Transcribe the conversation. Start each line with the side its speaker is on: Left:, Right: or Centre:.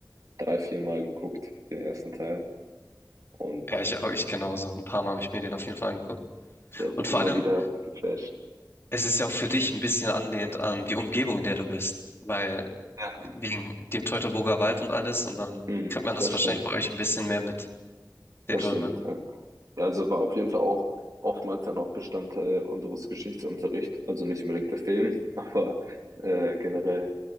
Right: drei, vier Mal geguckt, den ersten Teil. Und
Left: Ja, ich, auch- ich genauso. Ein paar Mal habe ich mir den auf jeden Fall angeguckt.
Right: der hat
Left: Und
Right: mich
Left: vor
Right: immer
Left: allem,
Right: wieder geflasht.
Left: es ist ja auch für dich ein bisschen anlehnt an die Umgebung, in der du bist. Weil
Right: Ja.
Left: wegen dem Teutoburger Wald und alles. Und dann
Right: Mhm,
Left: kriegt man das
Right: das
Left: wahrscheinlich
Right: stimmt.
Left: bei euch ein bisschen mehr mit den
Right: Das
Left: Römern.
Right: stimmt, ja. Ja, also war auf jeden Fall auch oftmals dann auch Bestandteil unseres Geschichtsunterrichts. Also nicht unbedingt der Film, <laughs> aber äh, generell